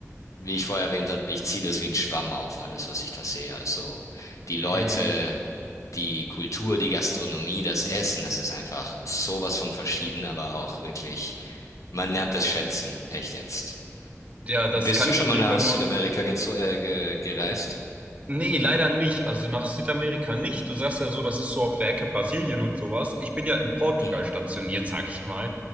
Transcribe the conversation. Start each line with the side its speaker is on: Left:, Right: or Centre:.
Left: wie ich vorher erwähnt habe, ich ziehe das wie ein Schwamm auf, alles, was ich da sehe. Also die Leute
Right: Mhm.
Left: die Kultur, die Gastronomie, das Essen, es ist einfach sowas von verschieden, aber auch wirklich, man lernt es schätzen, echt jetzt.
Right: Ja, das
Left: Bist
Right: kann
Left: du
Right: ich
Left: schon
Right: auf
Left: mal
Right: jeden
Left: nach
Right: Fall nur,
Left: Südamerika gezo- äh, ge gereist?
Right: Nee, leider nicht. Also nach Südamerika nicht. Du sagst ja so, das ist so auf der Ecke Brasilien und sowas. Ich bin ja in Portugal
Left: Mhm.
Right: stationiert, <laughs> sage ich mal.